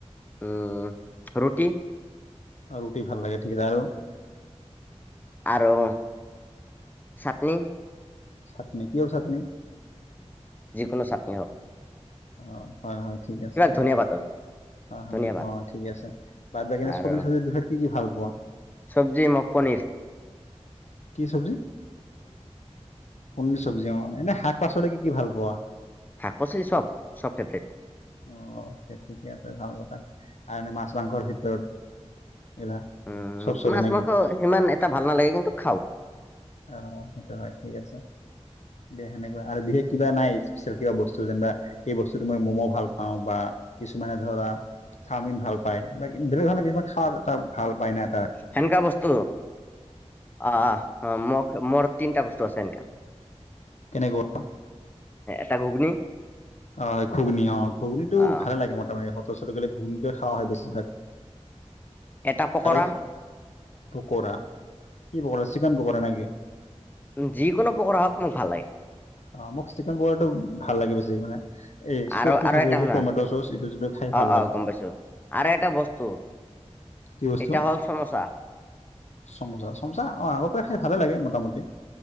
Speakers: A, on the left (about 15°); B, on the left (about 75°).
A: উম' ৰুটি।
B: আৰু ৰুটি ভাল লাগে ঠিক আছে। আৰু?
A: আৰু চাটনি।
B: চাটনি। কিহৰ চাটনি?
A: যিকোনো চাটনি আৰু।
B: অ' হয় হয় ঠিক আছে।
A: ধনিয়া পাতৰ
B: হয় হয়
A: ধনিয়া পাত
B: অ' ঠিক আছে। বাদ কিয়নো
A: আৰু
B: চব্জি চব্জি কি কি ভাল পোৱা?
A: চব্জি মই পনীৰ।
B: কি' চব্জি- পনীৰ চব্জি অঁ। এনেই শাক-পাচলি কি কি ভাল পোৱা?
A: শাক-পাচলি চব চব ফেভেৰেট।
B: অ ঠিকে আছে ভাল কথা। আৰু এনে মাছ, মাংসৰ ভিতৰত? এইলা
A: উম'
B: চব চলে
A: মাছ
B: নেকি
A: মাংস সিমান এটা ভাল নালাগে কিন্তু খাওঁ।
B: অ সেইটো হয় ঠিক আছে। বিশেষ সেনেকুৱা আৰু বিশেষ কিবা নাই স্পেচিয়েল কিবা বস্তু যেনিবা এই বস্তুতো মই ম'ম' ভাল পাওঁ বা- কিছুমানে ধৰা চাওমিন ভাল পায় বা বেলেগ ধৰণৰ কিছুমান খাদ্য এটা ভাল পায় ন'?
A: সেনেকা বস্ত আঁহ অ - মোৰ তিনিটা বস্তু আছে এনেকুৱা।
B: কেনেকুৱা?
A: এটা ঘুগুনী।
B: অ ঘুগুনী অঁ ঘুগুনীতো
A: আহ
B: ভালে লাগে মোটামুতি হোটেল-চোটেল গলে ঘুগুনী য়ে খোৱা হয় বেছিভাগ।
A: এটা পকৰা
B: <unintelligible> আৰু পকৰা। কি' পকৰা চিকেন পকৰা নেকি?
A: যিকোনো পকৰা হওক মোক ভাল লাগে
B: অ মোক চিকেন পকৰা টো ভাল লাগে বেছি মানে। এই চচটো
A: আৰু আৰু
B: থাকে
A: এটা
B: যে
A: শুনা?
B: টমেট' চচ এইটো যোনটো খাই ভাল
A: অ
B: লাগে
A: অ গম পাইছো। আৰু এটা বস্তু। সেইটা
B: কি বস্তু
A: হ'ল চমচা।
B: চমোচা চমোচা অ' আগৰ পৰাই খাই ভালে লাগে মোটামুটি